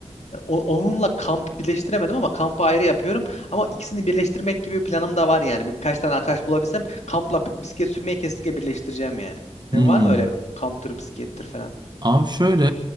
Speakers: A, on the left (about 70°); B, on the right (about 35°).
A: o- onunla kamp birleştiremedim ama kampı ayrı yapıyorum. Ama ikisini birleştirmek gibi bir planım da var yani. Birkaç tane arkadaş bulabilsem kampla p- bisiklet sürmeyi kesinlikle birleştireceğim yani.
B: Hı.
A: Senin var mı öyle kamptır, bisiklettir falan?
B: Abi şöyle,